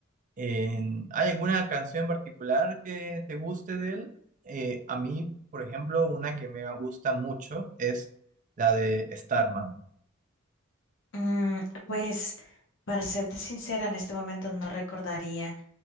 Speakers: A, on the right (about 40°); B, on the left (about 65°).
A: en- ¿hay alguna canción en particular que te guste de él? Eh, a mí, por ejemplo, una que me gusta mucho es la de Starman.
B: Mm, pues, para serte sincera, en este momento no recordaría